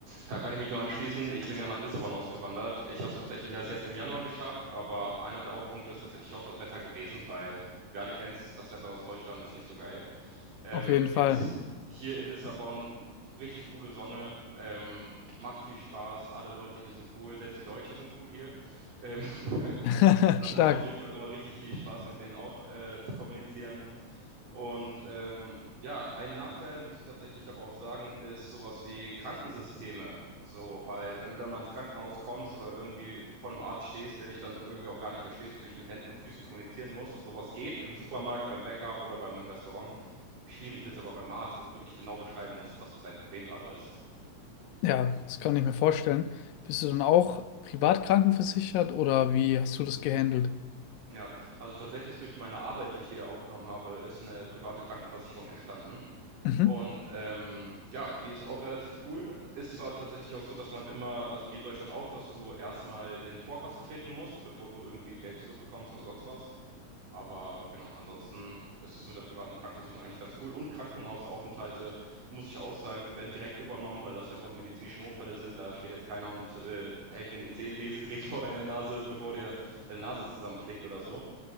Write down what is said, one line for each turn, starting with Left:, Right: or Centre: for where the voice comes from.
Right: da kann ich mich nur anschließen. Ich bin ja nach Lissabon ausgewandert. Ich habe es tatsächlich erst jetzt im Januar geschafft, aber einer der Hauptpunkte ist tatsächlich auch das Wetter gewesen, weil wir alle kennen es, das Wetter aus Deutschland ist nicht so geil. Ähm,
Left: Auf jeden
Right: jetzt
Left: Fall.
Right: hier in Lissabon, richtig coole Sonne, ähm, macht viel Spaß, alle Leute hier sind cool, selbst die Deutschen sind cool hier. Ähm, <laughs>
Left: <laughs>
Right: das
Left: Stark.
Right: macht auf jeden Fall immer richtig viel Spaß, mit denen auch äh, zu kommunizieren. Und ähm, ja, ein Nachteil, muss ich tatsächlich aber auch sagen, ist sowas wie Krankensysteme. So, weil wenn du dann mal ins Krankenhaus kommst oder irgendwie vor einem Arzt stehst, der dich dann irgendwie auch gar nicht verstehst, wo du dich mit Händen und Füßen kommunizieren musst, sowas geht im Supermarkt, beim Bäcker oder beim Restaurant. Schwierig wird es aber beim Arzt, wo du wirklich genau beschreiben musst, was dein Problem gerade ist.
Left: Ja, das kann ich mir vorstellen. Bist du dann auch privat krankenversichert oder wie hast du das gehandelt?
Right: Ja, also tatsächlich ist durch meine Arbeit, die ich hier aufgenommen habe, ist eine private Krankenversicherung entstanden.
Left: Mhm.
Right: Und ähm, ja, die ist auch relativ cool. Ist zwar tatsächlich auch so, dass man immer, also wie in Deutschland auch, dass du erstmal in Vorkasse treten musst, bevor du irgendwie Geld zurückbekommst oder sonst was. Aber genau, ansonsten ist es mit der privaten Krankenversicherung eigentlich ganz cool. Und Krankenhausaufenthalte, muss ich auch sagen, die werden direkt übernommen, weil das ja immer so medizinische Notfälle sind. Da steht jetzt keiner und äh, hält ein EC-Lesegerät <laughs> vor deine Nase, bevor dir deine Nase zusammenpflegt oder so.